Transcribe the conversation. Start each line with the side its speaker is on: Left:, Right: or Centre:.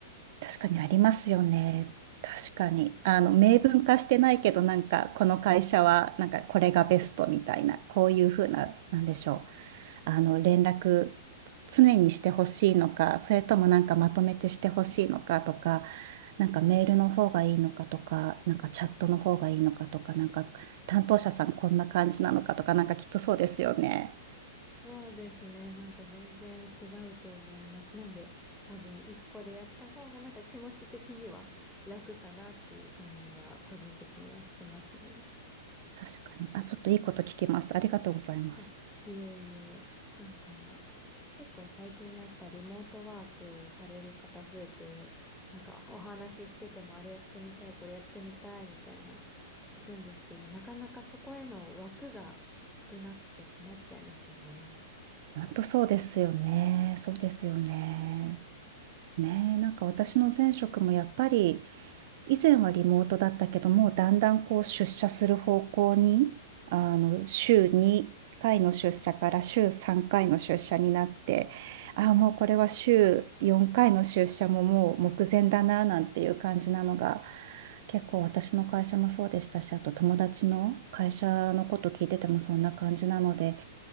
Right: 確かにありますよね。確かに。あの、明文化してないけど、なんか、この会社は、なんか、これがベストみたいな、こういうふうな、なんでしょう。あの、連絡、常にしてほしいのか、それともなんかまとめてしてほしいのかとか、なんかメールの方がいいのかとか、なんかチャットの方がいいのかとか、なんか担当者さんこんな感じなのかとか、なんかきっとそうですよね。
Centre: そうですね。なんか全然違うと思います。なんで多分一個でやった方がなんか気持ち的には楽かなっていう感じは個人的にはしてますね。
Right: 確かに。あ、ちょっといいこと聞きました。ありがとうございます。
Centre: あ、いえいえ、なんか、結構最近やっぱリモートワークされる方増えて、なんかお話ししててもあれやってみたい、これやってみたいみたいな聞くんですけど、なかなかそこへの枠が少なくて困っちゃいますよね。
Right: 本当そうですよね。そうですよね。ねえ、なんか私の前職もやっぱり以前はリモートだったけどもうだんだんこう出社する方向にあの週2回の出社から週3回の出社になってああもうこれは週4回の出社ももう目前だななんていう感じなのが結構私の会社もそうでしたしあと友達の会社のこと聞いててもそんな感じなので